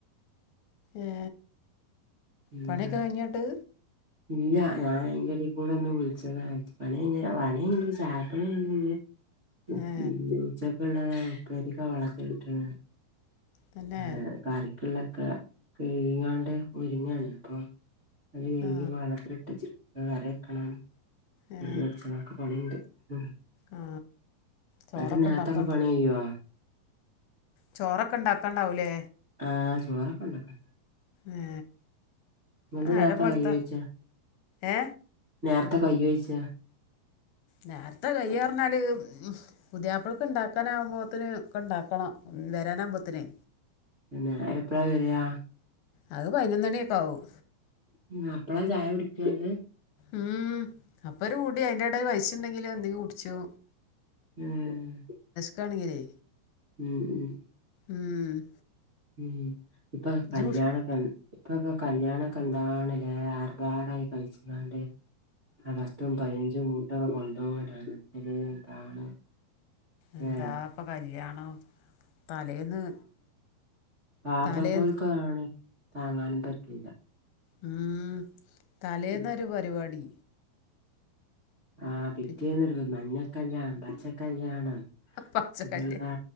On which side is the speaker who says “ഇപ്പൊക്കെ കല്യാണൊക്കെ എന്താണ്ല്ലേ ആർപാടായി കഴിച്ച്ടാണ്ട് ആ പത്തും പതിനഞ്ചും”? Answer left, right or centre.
Right